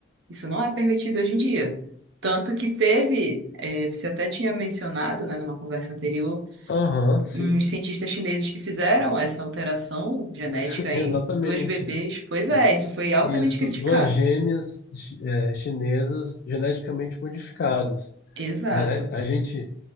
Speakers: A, on the right (about 60°); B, on the left (about 50°).
A: Isso não é permitido hoje em dia. Tanto que teve, é, você até tinha mencionado, né, numa conversa anterior,
B: Aham, sim,
A: uns cientistas chineses que fizeram essa alteração genética
B: <laughs> exatamente.
A: em dois bebês. Pois
B: É,
A: é, isso foi altamente
B: Isso,
A: criticado.
B: duas gêmeas chi- é, chinesas geneticamente modificadas.
A: Exato.
B: né? A gente,